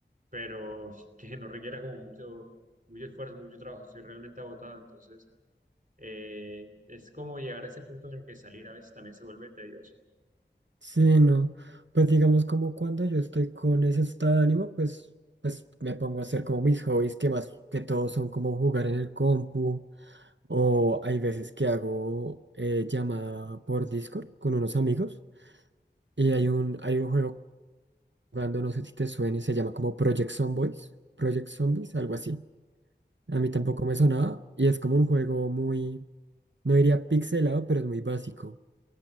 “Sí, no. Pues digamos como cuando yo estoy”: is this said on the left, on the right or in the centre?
Right